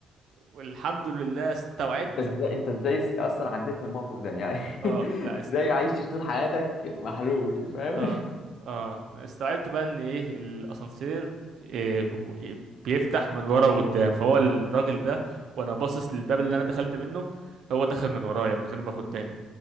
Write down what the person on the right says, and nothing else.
والحمد لله استوعبت
اه
لا است...
اه اه استوعبت بقى ان ايه الاسانسير إيه بيفتح من ورا وقدام فهو الراجل ده وانا باصص للباب اللي انا دخلت منه هو دخل من ورايا من غير ما اخد بالي